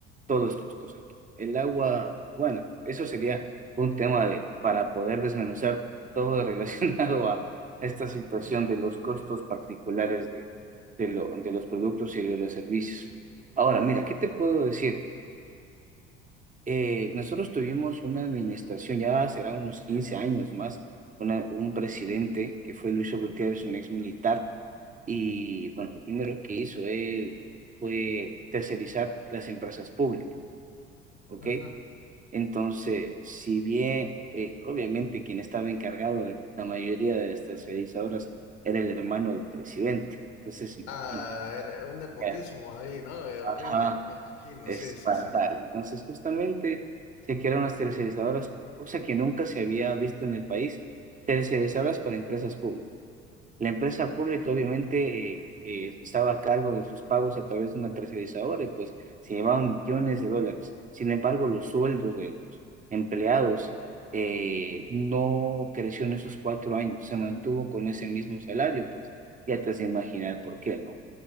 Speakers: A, on the right; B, on the left.
A: Todo es costoso aquí. El agua, bueno, eso sería un tema de, para poder desmenuzar todo <laughs> relacionado a esta situación de los costos particulares de, de, lo- de los productos y de los servicios. Ahora, mira, ¿qué te puedo decir? Eh, nosotros tuvimos una administración, ya será unos 15 años más, una- un presidente que fue Luis Gutiérrez, un ex militar y bueno, lo primero que hizo él fue tercerizar las empresas públicas, ¿ok?
B: Ujú.
A: Entonces, si bien eh, obviamente quien estaba encargado de la mayoría de las tercerizadoras era el hermano del presidente, entonces imagínate,
B: Ah, era un nepotismo
A: ya,
B: ahí, ¿no? Eh, horrible,
A: ajá,
B: me imagino,
A: es
B: sí, sí,
A: fatal.
B: sí.
A: Entonces, justamente se crearon las tercerizadoras, cosa que nunca se había visto en el país, tercerizadoras para empresas públicas. La empresa pública obviamente eh, eh, estaba a cargo de sus pagos a través de una tercerizadora y pues se llevaban millones de dólares. Sin embargo, los sueldos de los empleados eh, no creció en esos cuatro años, se mantuvo con ese mismo salario, pues ya te has de imaginar por qué, ¿no?